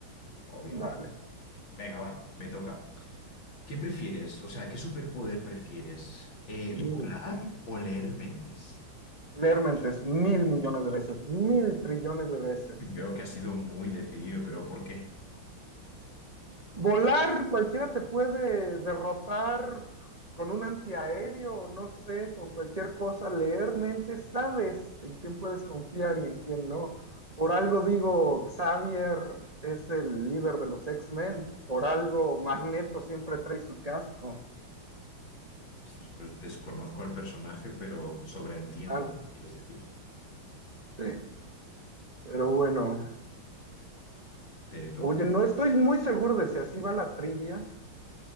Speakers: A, on the left (about 65°); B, on the right (about 25°).
A: obviamente.
B: Dale.
A: Venga, va, me toca. ¿Qué prefieres? O sea, ¿qué superpoder prefieres? Eh,
B: Mm.
A: ¿volar o leer mentes?
B: Leer mentes, mil millones de veces, mil trillones de veces.
A: <laughs> Veo que has sido muy decidido, pero ¿por qué?
B: Volar, cualquiera te puede derrotar con un antiaéreo, no sé, con cualquier cosa, leer mente, sabes en quién puedes confiar y en quién no. Por algo digo, Xavier es el líder de los X-Men, por algo Magneto siempre trae su casco.
A: Ostras, pues desconozco al personaje, pero sobreentiendo
B: Ah,
A: lo que quieres decir.
B: sí, pero bueno.
A: Te toca.
B: Oye, no estoy muy seguro de si así va la trivia,